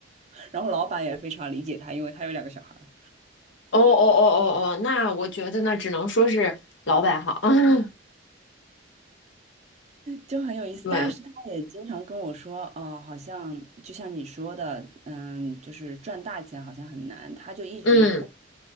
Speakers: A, on the right; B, on the left.
A: <laughs> 然后老板也非常理解他，因为他有两个小孩。
B: 哦哦哦哦哦，那我觉得那只能说是老板好。<laughs>
A: 就很有意思，
B: 对，
A: 但是他也经常跟我说，哦，好像就像你说的，嗯，就是赚大钱好像很难，他就一直会
B: 嗯。